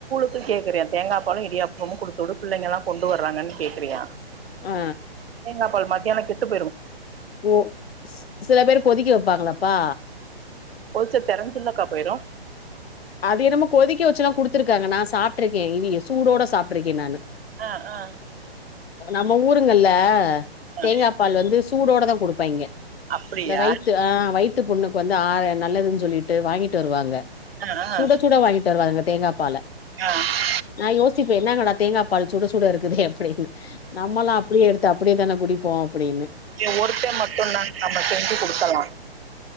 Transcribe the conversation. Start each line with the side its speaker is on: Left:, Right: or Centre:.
Right: கூல் கேக்குறியா தேங்கா பாலு இடியாப்பமு குடுத்து பிள்ளைங்க எல்லா கொண்டு வராங்கன் கேக்குறியா
Left: ஆ
Right: தேங்கா பால் மத் எனக்கெட்டும்
Left: ஓ சில பேரு கொதிக்க வெப்பாங்களாப் பா
Right: கொதுச்சா தெரஞ்சுலாக்கா போயிரு
Left: அது என்னமோ கொதிக்க வெச்சுல்லா குடுத்துருக்காங்க நா சாப்ட்ருக்கே இவிய சூடோட சாப்ட்ருக்கே நானு
Right: ஆ ஆ
Left: நம்ம ஊர் ங்கல்ல
Right: ஆ
Left: தேங்கா பால் வந்துஸ் சூடோடதா குடுப்பாங்கியே
Right: அப்டியா
Left: இந்த வயித்து ஆ வயித் த்து புண்ணுக்கு வந்து ஆறே நல்லதுன் சொல்லிட்டு வாங்கிட்டு வருவாங்க
Right: ஆ ஆ
Left: சுட சுட வாங்கி தருவாங்க தேங்காப் பால
Right: ஆ ஆ
Left: நா யோச்சுப்பே என்னங்கடாத் தேங்கா பால் சுடு சுட இருக்குதே அப்டின்னு நம்மல்லா அப்டியே எடுத் தா அப்டியேதான குடிப்போ அப்டின்னு
Right: இவ ஒருத்த மட்டுந்தான் நம்ம செஞ்சு கொடுக்கலா